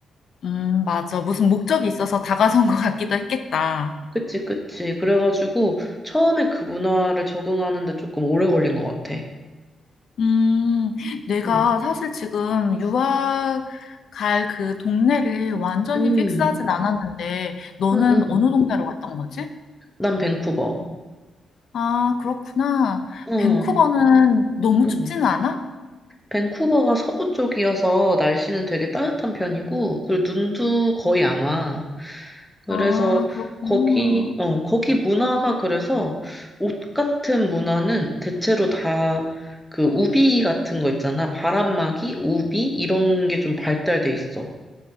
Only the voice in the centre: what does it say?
그치, 그치. 그래가지고 처음에 그 문화를 적응하는데 조금 오래 걸린 것 같아.
응,
응,
응. 응.
난 밴쿠버.
응,
응.
밴쿠버가 서부 쪽이어서 날씨는 되게 따뜻한 편이고, 그리고 눈도 거의 안 와. 그래서
거기, 어, 거기 문화가 그래서 옷 같은 문화는 대체로 다 그 우비 같은 거 있잖아. 바람막이, 우비, 이런 게 좀 발달돼 있어.